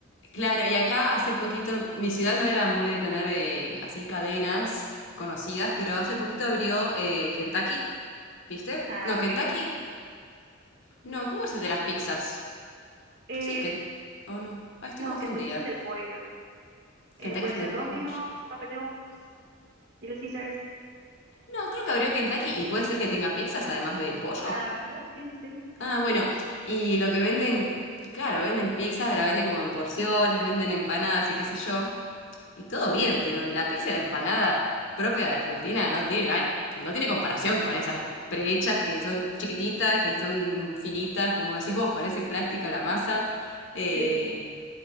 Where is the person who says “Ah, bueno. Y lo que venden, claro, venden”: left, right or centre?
Left